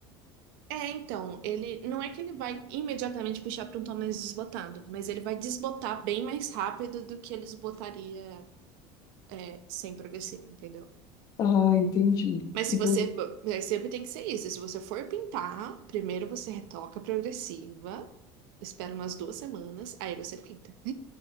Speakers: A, on the right (about 80°); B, on the left (about 30°).
A: É, então, ele não é que ele vai imediatamente puxar para um tom mais desbotado, mas ele vai desbotar bem mais rápido do que ele desbotaria é, sem progressir, entendeu?
B: Ah, entendi.
A: Mas se
B: Uhum.
A: você, mas sempre tem que ser isso. Se você for pintar, primeiro você retoca a progressiva, espera umas duas semanas, aí você pinta. <laughs>